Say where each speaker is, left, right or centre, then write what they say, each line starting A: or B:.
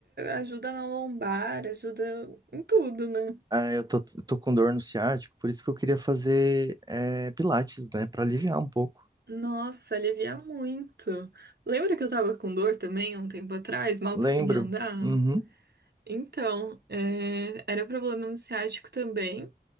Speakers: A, on the right (about 75°); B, on the right (about 25°).
A: ajuda na lombar, ajuda em tudo, né?
B: Ah, eu tô, tô com dor no ciático, por isso que eu queria fazer é, pilates, né? Pra aliviar um pouco.
A: Nossa, alivia muito. Lembra que eu tava com dor também há um tempo atrás, mal
B: Lembro.
A: conseguia andar?
B: Uhum.
A: Então, é, era problema no ciático também.